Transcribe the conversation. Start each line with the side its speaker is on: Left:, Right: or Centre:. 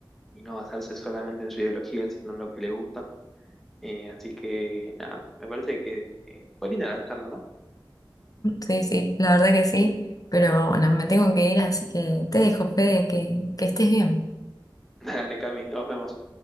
Centre: y no basarse solamente en su ideología, sino en lo que le gusta. Eh, así que nada, me parece que eh, fue linda la charla, ¿no?
Left: Sí, sí, la verdad que sí, pero bueno, me tengo que ir, así que te dejo, Fede, que, que estés bien.
Centre: <laughs> Dale, Cami, nos vemos.